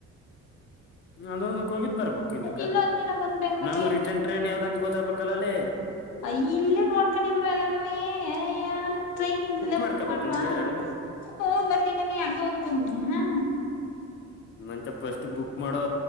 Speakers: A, on the left (about 40°); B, on the left (about 80°).
A: ಅದೊಂದಕ್ ಹೋಗಿದ್ ಬರ್ಬೇಕು ಇದಕ್ಕ
B: ಇಲ್ಲೊಂದ್ ದಿನ ಬಂದ್ ಬೆಂಗ್ಳೂರ್
A: ನಮ್ಗ್ ರಿಟರ್ನ್ ಟ್ರೈನ್ ಯಾವ್ದಂತ ಗೊತ್ತಾಗಬೇಕಲ್ಲ ಅಲ್ಲಿ
B: ಅಯ ಇಲ್ಲೇ ನೋಡ್ಕೊಂಡಿಲ್ವ ಎಲ್ಲನವೇ ಅಯ್ಯ ಟ್ರೈನ್ಂಗ ಇಲ್ಲೇ
A: ಮಾಡ್ಕೋಬೇಕು
B: ಬುಕ್ ಮಾಡ್ಲ್ವಾ
A: ನೀನು ಎಲ್ಲ ನೀ
B: ಹ ಮತ್ತ ಇನ್ನೆಲೆ ಹಂಗಗೆ ಹೋಗಿದ್ ಬಂದ್ಬಿಡ್ರಿ ಹಾ
A: ನಿ ಮಂತ ಫಸ್ಟ್ ಬುಕ್ ಮಾಡೋ